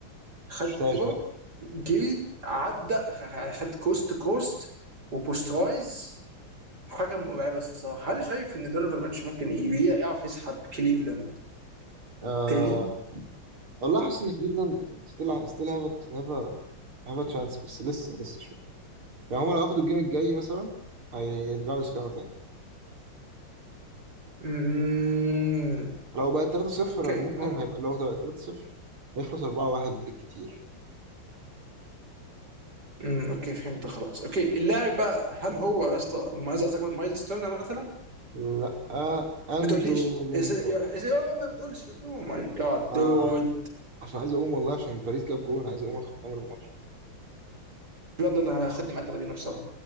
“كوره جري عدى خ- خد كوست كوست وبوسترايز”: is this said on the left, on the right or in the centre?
Right